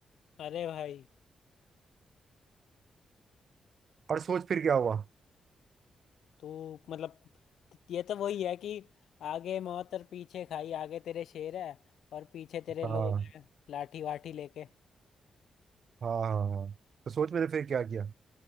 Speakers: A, on the left; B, on the right.
A: अरे भाई
B: और सोच फिर क्या हुआ
A: तू मतलब ये तो वही है कि आगे मौत और पीछे खाई आगे तेरे शेर है और पीछे तेरे
B: हाँ
A: लोग हैं लाठी वाठी लेके
B: हाँ हाँ हाँ। तो सोच मैंने फिर क्या किया